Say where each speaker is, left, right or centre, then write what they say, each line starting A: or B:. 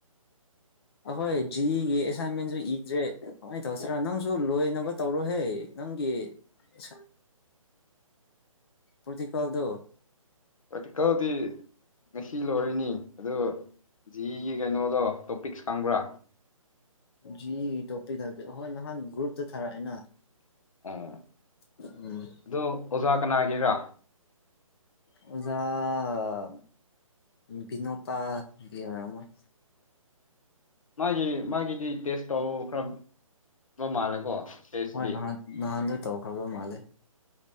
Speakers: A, on the left; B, on the left.
A: ꯑꯩꯈꯣꯏ ꯖꯤꯔꯤꯒꯤ ꯑꯦꯁꯥꯏꯟꯃꯦꯟꯁꯨ ꯏꯗ꯭ꯔꯦ ꯀꯃꯥꯏꯅ ꯇꯧꯁꯤꯔ ꯅꯪꯁꯨ ꯂꯣꯏꯅꯕ ꯇꯧꯔꯣꯍꯦ ꯅꯪꯒꯤ ꯁꯥ ꯄ꯭ꯔꯣꯇꯤꯀꯥꯜꯗꯣ
B: ꯄꯔꯦꯛꯇꯤꯀꯜꯗꯤ ꯉꯁꯤ ꯂꯣꯏꯔꯤꯅꯤ ꯑꯗꯨ ꯖꯤꯒꯤ ꯀꯩꯅꯣꯗꯣ ꯇꯣꯄꯤꯛꯁ ꯈꯪꯕ꯭ꯔꯥ
A: ꯖꯤ ꯇꯣꯄꯤꯛ ꯍꯥꯏꯕꯗꯤ ꯍꯣꯏ ꯅꯍꯥꯟ ꯒ꯭ꯔꯨꯞꯇ ꯊꯥꯔꯛꯑꯦꯅ
B: ꯑꯣ
A: ꯎꯝ
B: ꯑꯗꯣ ꯑꯣꯖꯥ ꯀꯅꯥꯒꯤꯔꯥ
A: ꯑꯣꯖꯥꯥ ꯕꯤꯅꯣꯇꯥ ꯒꯤꯑꯣꯏꯔꯝꯃꯣꯏ
B: ꯃꯥꯒꯤ ꯃꯥꯒꯤꯗꯤ ꯇꯦꯁ ꯇꯧ ꯈꯔꯕ ꯃꯥꯜꯂꯦꯀꯣ ꯇꯦꯁꯁꯤꯗꯤ
A: ꯍꯣꯏ ꯅꯍꯥꯟ ꯅꯍꯥꯟꯗꯣ ꯇꯧꯈ꯭ꯔꯕ ꯃꯥꯂꯦ